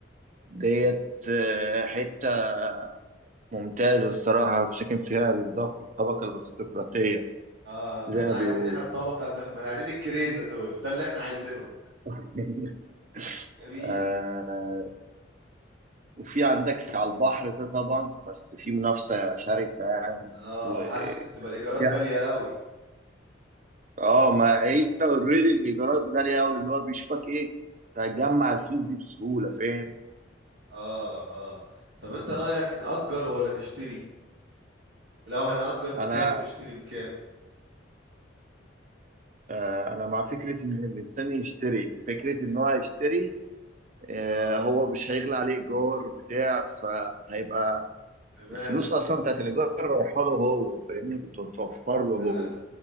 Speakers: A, on the right; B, on the right.
A: ديت آه، حتة ممتازة الصراحة ساكن فيها الض- الطبقة الأرستقراطية
B: اه
A: زي
B: ده احنا
A: ما بيقولوا
B: عايزين احنا الطبقة المخملة عايزين الكريزة دول ده اللي احنا عايزينه
A: <laughs>
B: جميل
A: آه وفي عندك على البحر ده طبعا بس في منافسة شرسة يعني
B: اه
A: و...
B: حاسس تبقى الايجارات
A: يعني-
B: غالية قوي
A: اه ما هي اوريدي الإيجارات غالية أوي اللي هو بيشوفك إيه تجمع الفلوس دي بسهولة فاهم
B: اه اه طب انت رأيك نأجر ولا نشتري لو هنأجر بكام
A: أنا
B: ونشتري بكام
A: آه أنا مع فكرة إن الإنسان يشتري فكرة إن هو يشتري آه
B: اه
A: هو مش هيغلى عليه إيجار بتاع فهيبقى
B: تمام
A: الفلوس اصلا بتاعت الايجار رايحه له هو فاهمني بتتوفر له هو
B: أنا-